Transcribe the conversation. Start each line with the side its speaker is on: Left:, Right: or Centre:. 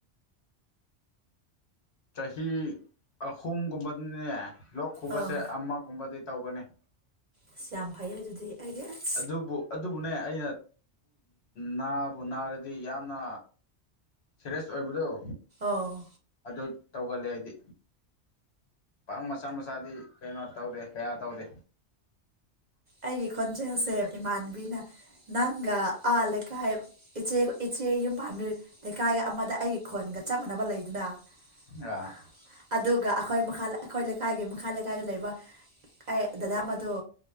Left: ꯆꯍꯤ ꯑꯍꯨꯝꯒꯨꯝꯕꯗꯅꯦ ꯂꯣꯛ ꯈꯨꯕꯁꯦ
Right: ꯑꯥ
Left: ꯑꯃꯒꯨꯝꯕꯗꯤ ꯇꯧꯒꯅꯤ
Right: ꯑꯁ ꯌꯥꯝ ꯐꯩꯌꯦ ꯑꯗꯨꯗꯤ ꯑꯩꯒꯤ ꯑꯁ
Left: ꯑꯗꯨꯕꯨ ꯑꯗꯨꯕꯨꯅꯦ ꯑꯩꯅ ꯅꯥꯕꯨ ꯅꯥꯔꯗꯤ ꯌꯥꯝꯅ ꯁꯦꯔꯁ ꯑꯣꯏꯕꯗꯣ
Right: ꯑꯣꯥꯎ
Left: ꯑꯗꯨ ꯇꯧꯒꯜꯂꯦ ꯑꯩꯗꯤ ꯄꯥꯛ ꯃꯆꯥ ꯃꯆꯥꯗꯤ ꯀꯩꯅꯣ ꯇꯧꯔꯦ ꯀꯌꯥ ꯇꯧꯗꯦ
Right: ꯑꯩꯒꯤ ꯈꯣꯟꯖꯦꯜꯁꯦ ꯏꯃꯥꯟꯕꯤꯅ ꯅꯪꯒ ꯑꯥ ꯂꯩꯀꯥꯏ ꯏꯆꯦ ꯏꯆꯦ ꯌꯨꯝ ꯄꯥꯟꯕꯤ ꯂꯩꯀꯥꯏꯒ ꯑꯃꯗ ꯑꯩꯒꯤ ꯈꯣꯟꯒ ꯆꯞ ꯃꯥꯟꯅꯕ ꯂꯩ <unintelligible>
Left: ꯑꯥ
Right: ꯑꯗꯨꯒ ꯑꯩꯈꯣꯏ ꯃꯈꯥ ꯑꯩꯈꯣꯏ ꯂꯩꯀꯥꯏꯒꯤ ꯃꯈꯥ ꯂꯩꯀꯥꯏꯗ ꯂꯩꯕ ꯑꯦ ꯗꯗꯥ ꯃꯗꯨ